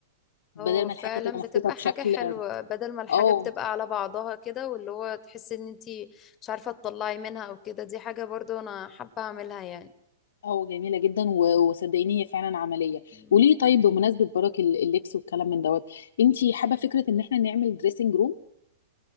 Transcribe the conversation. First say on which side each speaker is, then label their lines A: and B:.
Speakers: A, on the left; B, on the left.
A: بدل
B: اه
A: ما
B: فعلا
A: الحاجة تبقى محطوطة
B: بتبقى
A: بشكل
B: حاجة حلوة بدل ما الحاجة
A: اه
B: بتبقى على بعضها كده واللي هو تحسي ان انتي مش عارفة تطلعي منها او كده دي حاجة برضو انا حابة اعملها يعني
A: اه جميلة جدا و- وصدقيني هي فعلا عملية
B: مم.
A: وليه طيب بمناسبة برك ال- اللبس والكلام من دوت انتي حابة فكرة ان احنا نعمل دريسنج روم